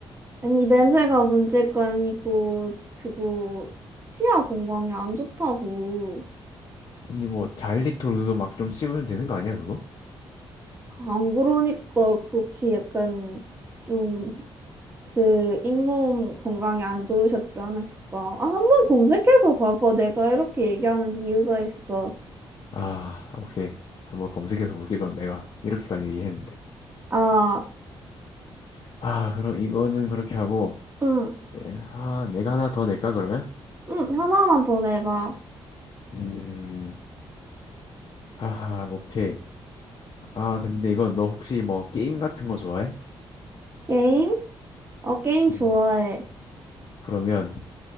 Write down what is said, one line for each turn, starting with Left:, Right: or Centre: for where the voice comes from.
Right: 아니 냄새가 문제가 아니고 그거 치아 건강에 안 좋다고.
Left: 아니, 뭐, 잘리톨 그거 막 좀 씹으면 되는 거 아니야, 그거?
Right: 안 그러니까 그렇게 약간 좀 그 잇몸 건강이 안 좋으셨지 않았을까? 아, 한번 검색해서 봐봐. 내가 이렇게 얘기하는 이유가 있어.
Left: 아, 오케이. 한번 검색해서 볼게, 그럼 내가. 이렇게까지 얘기했는데.
Right: 아,
Left: 아, 그럼 이거는 그렇게 하고,
Right: 응,
Left: 네. 아, 내가 하나 더 낼까, 그러면?
Right: 응, 하나만 더 내봐.
Left: 음, 음, 하하, 오케이. 아, 근데 이거 너 혹시 뭐 게임 같은 거 좋아해?
Right: 게임? 어, 게임 좋아해.
Left: 음. 그러면,